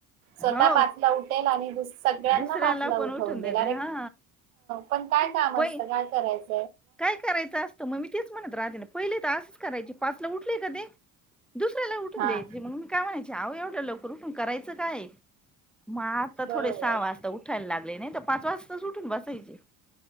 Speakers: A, on the right; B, in the centre.
A: स्वतः
B: हो
A: पाचला उठेल आणि दुस सगळ्यांना
B: दुसऱ्याला
A: पाचला
B: पण
A: उठवून
B: उठून
A: देईल
B: देते
A: अरे,
B: हा
A: पण काय काम
B: पै
A: असतं काय करायचं.
B: काय करायचं असतं मग मी तेच म्हणत राहते, पहिले त असंच करायचे पाचला उठलेय का ते दुसऱ्याला ही उठून
A: हा
B: द्यायचे मग, मी काय म्हणायचे आहो एवढं लवकर उठून करायचं काय आहे? म आता
A: बरोबर
B: थोडे साहा वाजता उठायला लाग लै नई त पाच वाजतास ऊठून बसायचे.